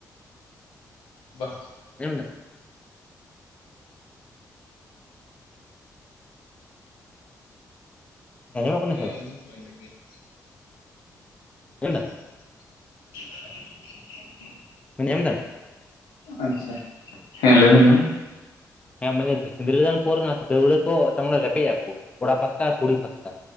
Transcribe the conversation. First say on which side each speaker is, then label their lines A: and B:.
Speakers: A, on the left (about 85°); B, on the left (about 15°).
A: ᱵᱟᱦ
B: ᱟᱸᱡᱚᱢᱫᱟ ᱟᱸᱡᱚᱢᱚᱜ ᱠᱟᱱᱟ
A: ᱦᱮᱸ
B: ᱥᱮ ᱵᱟᱝ
A: ᱮᱢ ᱫᱩᱧ ᱦᱚᱭ ᱞᱮᱫ ᱜᱮᱭᱟ
B: ᱟᱡᱚᱢ ᱫᱟᱢ
A: <unintelligible>
B: ᱧᱟᱢ ᱫᱟᱢ
A: ᱟᱪᱪᱷᱟ ᱦᱮᱸ ᱞᱟᱹᱭᱢᱮ ᱞᱟᱹᱭᱢᱮ
B: ᱦᱮᱸ ᱢᱟᱱᱮ ᱥᱤᱸᱫᱽᱨᱟᱹ ᱫᱟᱱ ᱯᱚᱨ ᱚᱱᱟ ᱫᱟᱹᱣᱲᱟᱹ ᱠᱚ ᱢᱟᱱᱮ ᱨᱮᱯᱮᱡ ᱟᱠᱚ ᱠᱚᱲᱟ ᱯᱟᱥᱴᱟ ᱠᱩᱲᱤ ᱯᱟᱥᱴᱟ